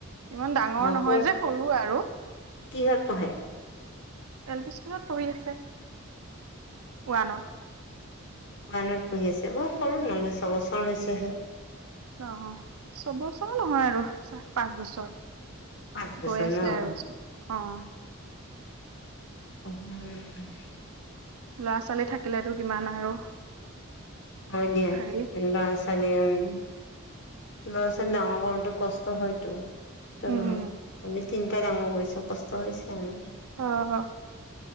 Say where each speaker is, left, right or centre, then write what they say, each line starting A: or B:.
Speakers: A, on the right; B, on the left.
A: ইমান ডাঙৰ
B: অ
A: নহয়
B: পৰ
A: যে সৰু আৰু।
B: কিহত পঢ়ে?
A: এল পি স্কুলত পঢ়ি আছে, ওৱানত।
B: ওৱানত পঢ়ি আছে। অ, সৰু নহলে ছবছৰ হৈছেহে।
A: অ- অ চবছৰ নহয় আৰু চাহ পাঁচ বছৰ।
B: পাঁচ বছৰ
A: গৈ আছে
B: ন উম,
A: আৰু ইস্কুল, অ।
B: <inaudible>
A: ল'ৰা- ছোৱালী থাকিলেটো কিমান আৰু
B: হয় দিয়া,
A: হেৰি
B: লৰা- ছোৱালী উম ল'ৰা- ছোৱালী ডাঙৰ কৰোতে কষ্ট হয়টো কিয়
A: উম
B: নহয়। আমি তিনিটাই ডাঙৰ কৰিছোঁ। কষ্ট হৈছে আৰু।
A: অ, হ,